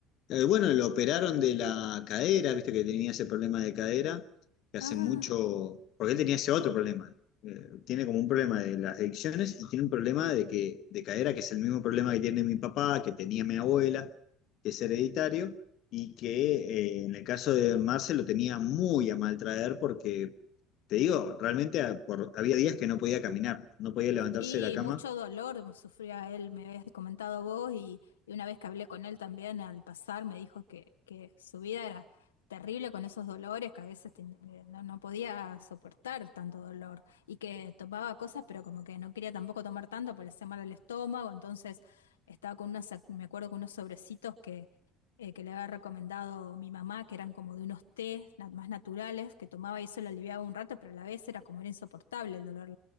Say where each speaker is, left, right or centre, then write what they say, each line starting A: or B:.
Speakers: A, on the left (about 50°); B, on the left (about 75°).
A: Eh, bueno, lo operaron de la cadera, viste que tenía ese problema de cadera, que
B: ah.
A: hace mucho, porque él tenía ese otro problema. Eh, tiene como un problema de las adicciones y tiene un problema de que, de cadera, que es el mismo problema que tiene mi papá, que tenía mi abuela, que es hereditario, y que eh, en el caso de Marce lo tenía muy a mal traer porque, te digo, realmente a- por- había días que no podía caminar, no podía levantarse
B: Sí,
A: de la cama
B: mucho dolor me sufría él, me habías comentado vos, y, y una vez que hablé con él también al pasar me dijo que, que su vida era terrible con esos dolores, que a veces ten- eh, no, no podía soportar tanto dolor, y que tomaba cosas, pero como que no quería tampoco tomar tanto porque le hacía mal al estómago, entonces estaba con unos, me acuerdo con unos sobrecitos que, eh, que le había recomendado mi mamá, que eran como de unos tés na- más naturales, que tomaba y eso le aliviaba un rato, pero a la vez era como era insoportable el dolor